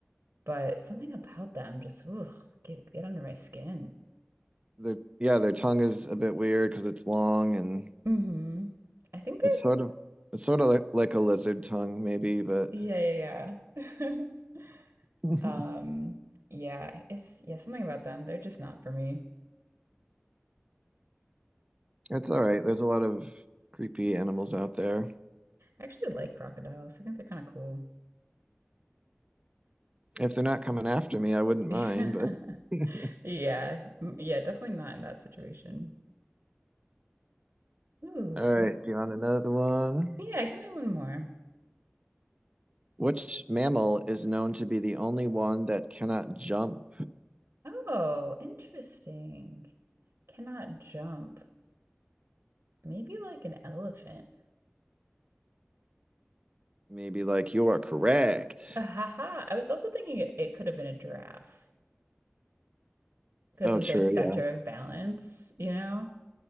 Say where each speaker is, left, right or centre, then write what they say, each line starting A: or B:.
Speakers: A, on the right; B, on the right.
A: But something about them just, ugh, get get under my skin.
B: They're yeah, their tongue is a bit weird because it's long and
A: Mhm. I think they're
B: it's sort of it's sort of like, like a lizard tongue, maybe, but
A: yeah, yeah, yeah. <laughs>
B: <laughs>
A: Um, yeah, it's yeah, something about them, they're just not for me.
B: it's all right. There's a lot of creepy animals out there.
A: I actually like crocodiles. I think they're kind of cool.
B: If they're not coming after me, I wouldn't
A: <laughs>
B: mind, but <laughs>
A: Yeah. Mm, Yeah, definitely not in that situation. Ooh,
B: all
A: well,
B: right, do you want another one?
A: yeah, give me one more.
B: Which mammal is known to be the only one that cannot jump?
A: Oh, interesting. Cannot jump. Maybe like an elephant. <laughs>
B: Maybe like you are correct.
A: Ah, ha ha. I was also thinking it, it could have been a giraffe. 'Cause
B: Oh,
A: of
B: true.
A: their center
B: Yeah.
A: of balance, you know?